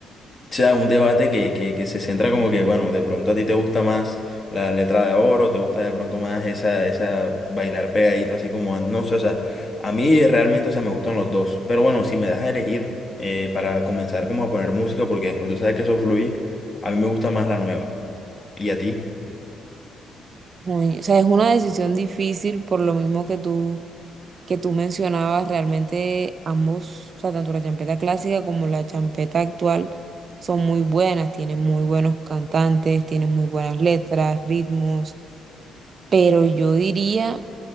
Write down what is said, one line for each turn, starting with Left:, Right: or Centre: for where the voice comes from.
Left: o sea, un debate que, que, que se centra como que, bueno, de pronto a ti te gusta más la letra de oro, te gusta de pronto más esa, esa bailar pegadito, así como, an- no sé, o sea, a mí realmente, o sea, me gustan los dos, pero bueno, si me das a elegir eh, para comenzar como a poner música, porque después tú sabes que eso fluye, a mí me gusta más la nueva. ¿Y a ti?
Right: Muy- o sea, es una decisión difícil por lo mismo que tú, que tú mencionabas, realmente ambos, o sea, tanto la champeta clásica como la champeta actual son muy buenas, tienen muy buenos cantantes, tienen muy buenas letras, ritmos, pero yo diría